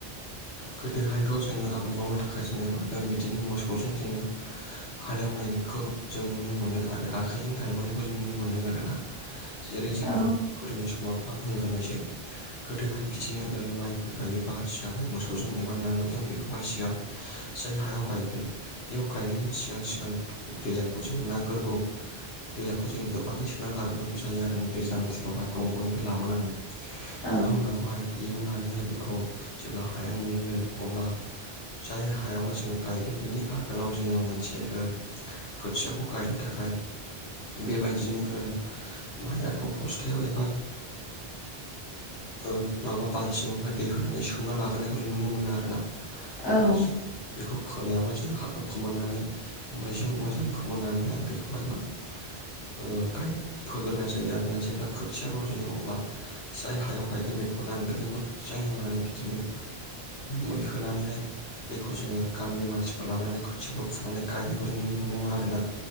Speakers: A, on the left; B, on the left.
A: गोदोहायथ' जोङो आबाद मावनो थाखाय जोङो मा बिदिनो मोसौजों जोङो हालेव नायनिखौ जों नुनो मोन्दों आरो आखाइजों गायबोनायखौ जों नुनो मोन्दों आरो ना जेरै जोङो
B: औ
A: गोदोनि समावखौ आं होग्रोनायसै गोदोहाय बिदिनो ओ माइफोर गायोबा सिगांहाय मोसौ सौजों एबा नांगोलजों बेखौहाय सिगां जाय हायाव गायगोन बेयाव गायनायनि सिगां सिगां दैयाखौ जोङो नांगोरगौ दैयाखौ जों गोबाङै सोनानै लाग्रोनांगौ जायो आरो दैज्लां बोथोरावहाय दंग'निफ्राय लाबोनानै
B: औ
A: बेनि उनावहाय एवनानैहाय बेखौ जेब्ला हाया मोनो अब्ला जाय हायावहाय जोङो गायगोन बिनि आगोलाव जोङो मोनसे ओ खोथियाखौ गायनो थाखाय बेबायदिनो ओ माइआखौ बस्थायाव एबा ओ माबा बाल्थिंआवहाय दै होनानै सोमना लाग्रोनायखौ जों नुनो मोनो आरो ना
B: औ
A: आरो बेखौ फोनायावहाय जों हाखौ फोमोननानै मेजों मोजां फोमोननानैहाय बेखौहाय मा ओ गाय फोग्रोनाय जायो आरोना जेब्ला खोथिया रंजायो अब्ला जाय हायाव गायगोन बेखौ नांगोलजों मोजां एवनानै बिदिनो। मै होनोनानैहाय बेखौ जोङो गामिनि मानसिफोर लानानै खोथियाखौ फुनानै गायनायखौ जों नुनो मोनोमोन आरोना